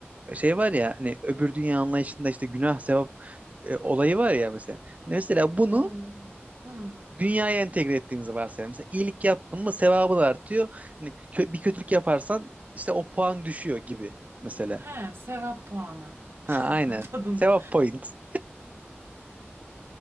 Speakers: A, on the right (about 35°); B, on the right (about 70°).
A: şey var ya hani öbür dünya anlayışında işte günah sevap e, olayı var ya mesela. Hani mesela bunu
B: Oo. Hmm.
A: dünyaya entegre ettiğimizi varsayalım. Mesela iyilik yaptın mı sevabı da artıyor. Hani kö- bir kötülük yaparsan işte o puan düşüyor gibi mesela.
B: He, sevap puanı
A: Ha
B: <laughs>
A: aynen.
B: tadında.
A: Sevap point.